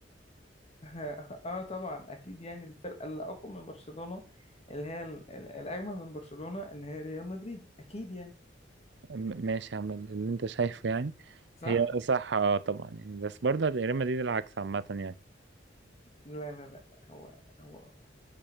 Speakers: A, on the left (about 35°); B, on the right (about 65°).
A: <laughs> اه طبعا اكيد يعني الفرقه اللي اقوى من برشلونه اللي هي ال- ال- الاجمل من برشلونه اللي هي ريال مدريد اكيد يعني
B: م- ماشي هعمل اللي انت شايفه يعني
A: صح
B: هي صح اه طبعا يعني بس برضه ريال مدريد العكس عامه يعني
A: لا لا لا, لا هو هو الاقوى